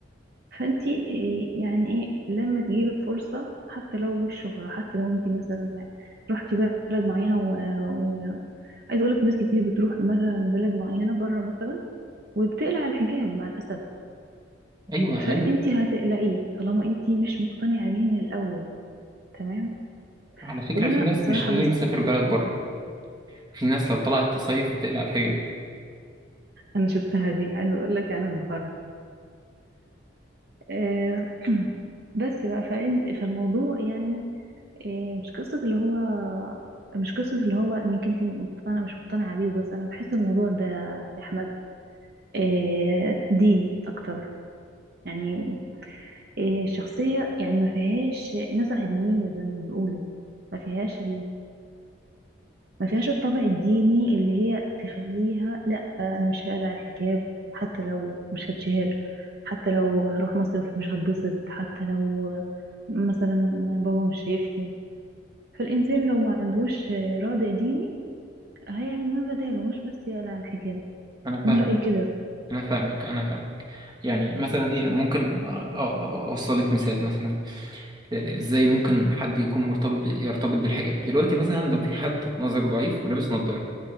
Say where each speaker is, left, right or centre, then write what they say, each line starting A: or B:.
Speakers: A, on the right; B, on the right.
A: فانتي آه يعني ايه لما تجيلك فرصه حتى لو مش شهره حتى لو انتي مثلا رحتي بلد معينه وعايز اقول لك ناس كتير بتروح مثلا بلد معينه بره مثلا وبتقلع الحجاب مع الاسف
B: ايوه ايوه
A: فانتي هتقلعيه طالما انتي مش مقتنعه بيه من الاول تمام
B: على فكره
A: وانا
B: في ناس
A: صراحه
B: مش لازم
A: بس
B: تسافر بلد بره في ناس لو طلعت تصيف بتقلع الحجاب
A: انا شفتها دي عايز اقول لك انا انبهرت آه، <clears throat> بس بقى فإن- فالموضوع يعني إيه، مش قصة اللي هو مش قصة اللي هو انك انت مقتنعة مش مقتنعة بيه وبس انا بحس الموضوع ده يا احمد إيه، دين اكتر يعني إيه، الشخصية يعني ما فيهاش نزعة دينية زي ما بيقولوا ما فيهاش ما فيهاش الطابع الديني اللي هي تخليها لا انا مش هقلع الحجاب حتى لو مش هتشهر حتى لو هروح مصيف مش هتبسط حتى لو مثلا بابا مش شايفني فالإنسان لو ما عندهوش رادع ديني هيعمل ما بداله مش بس يقلع الحجاب
B: انا فاهمك
A: أنا رأيي كده
B: انا فاهمك انا فاهمك يعني مثلا ايه انا ممكن آه، آه، اوصلك مثال مثلا ازاي ممكن حد يكون مرتبط يرتبط بالحجاب دلوقتي مثلا لو في حد نظر ضعيف ولابس نظارة